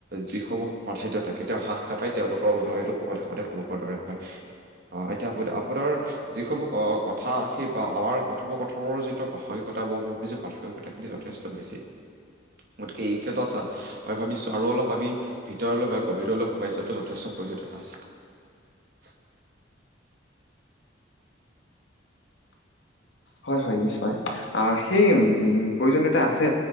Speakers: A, on the right; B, on the left.
A: যিসমূহ প্ৰাধান্যতা কেতিয়াও হ্ৰাস নাপায়, তেওঁলোকৰ উদয়ন সদায় পুৰুষৰ দৰে হয়। আ এতিয়া আ-আপোনাৰ যিসমূহ আ কথা সি বা আমাৰ কথোপকথনৰ যিটো প্ৰাাসংগিকতা, ভাবিছো প্ৰাসংগিকতাখিনি যথেষ্ট বেছি গতিকে এইক্ষেত্ৰত মই ভাবিছো আৰু অলপ আমি ভিতৰলৈ বা গভীৰলৈ সোমাই যোৱাটো যথেষ্ট প্ৰয়োজনীয়তা আছে।
B: হয় হয় নিশ্চয়। আ সেই, উম প্ৰয়োজনীয়তা আছে।